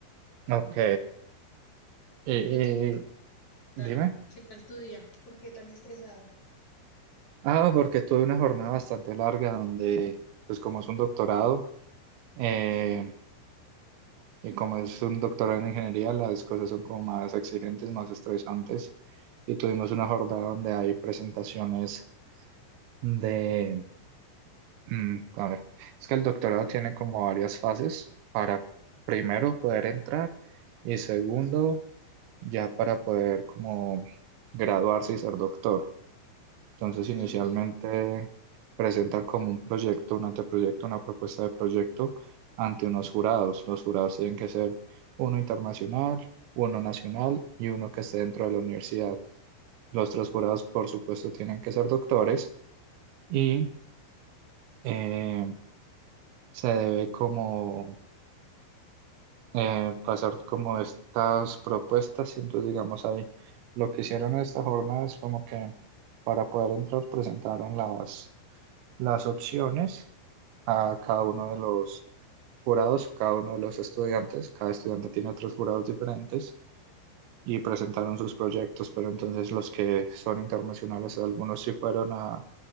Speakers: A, on the right (about 90°); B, on the left (about 35°).
A: Ok. Eh,
B: ¿Y a ti qué
A: dime.
B: tal? ¿Qué tal tu día? ¿Por qué tan estresado?
A: Ah, porque tuve una jornada bastante larga donde, pues como es un doctorado, eh,
B: Sí,
A: y como es un doctorado en ingeniería, las cosas son como más exigentes, más estresantes. Y tuvimos una jornada donde hay presentaciones de Mm, a ver, es que el doctorado tiene como varias fases para primero poder entrar y segundo ya para poder como graduarse y ser doctor. Entonces inicialmente
B: ok.
A: presentan como un proyecto, un anteproyecto, una propuesta de proyecto ante unos jurados. Los jurados tienen que ser uno internacional, uno nacional y uno que esté dentro de la universidad. Los tres jurados, por supuesto, tienen que ser doctores y... eh, se debe como eh, pasar como estas propuestas y entonces digamos ahí lo que hicieron en esta jornada es como que para poder entrar presentaron las, las opciones a cada uno de los jurados, cada uno de los estudiantes, cada estudiante tiene tres jurados diferentes y presentaron sus proyectos, pero entonces los que son internacionales, algunos sí fueron a, a